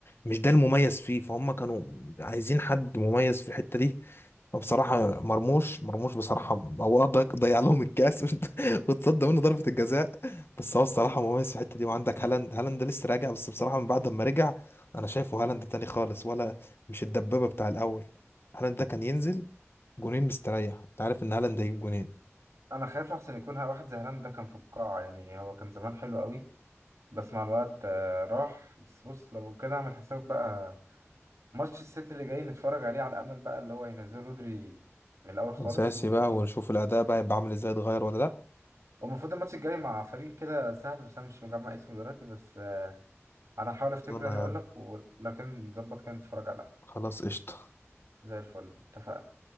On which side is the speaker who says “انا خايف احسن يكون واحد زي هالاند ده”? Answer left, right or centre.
Right